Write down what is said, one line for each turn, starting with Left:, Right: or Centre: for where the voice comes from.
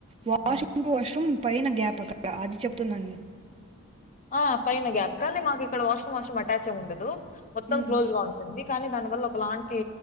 Right: వాష్
Left: ఆ!
Right: చేయరా వాష్రూమ్ పైన గ్యాప్ అక్కడ అది చెప్తున్నా నేను
Left: ఆ పైన గ్యాప్ కానీ మాకు ఇక్కడ వాష్రూమ్ వాష్రూమ్ అటాచ్ ఏం ఉండదు మొత్తం
Right: ఉమ్,
Left: క్లోజ్ గా ఉంటుంది కానీ దాని వల్ ఒకలాంటి